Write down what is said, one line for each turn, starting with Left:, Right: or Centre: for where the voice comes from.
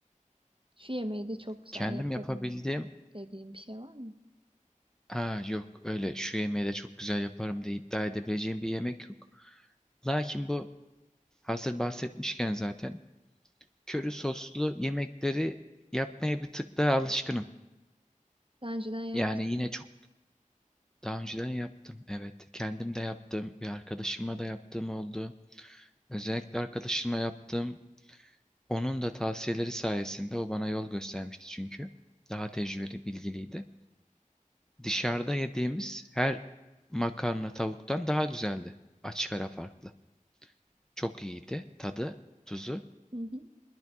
Right: Şu yemeği de çok güzel
Centre: Kendim
Right: yaparım
Centre: yapabildiğim...
Right: dediğin bir şey var mı?
Centre: Ha yok öyle şu yemeği de çok güzel yaparım diye iddia edebileceğim bir yemek yok. Lakin bu hazır bahsetmişken zaten. köri soslu yemekleri yapmaya bir tık daha alışkınım.
Right: Daha önceden yaptım.
Centre: Yani yine çok daha önceden yaptım. Evet, kendim de yaptım. Bir arkadaşıma da yaptığım oldu. Özellikle arkadaşıma yaptığım onun da tavsiyeleri sayesinde o bana yol göstermişti çünkü. Daha tecrübeli, bilgiliydi. Dışarıda yediğimiz her makarna tavuktan daha güzeldi. Açık ara farklı. Çok iyiydi tadı, tuzu.
Right: Hı hı.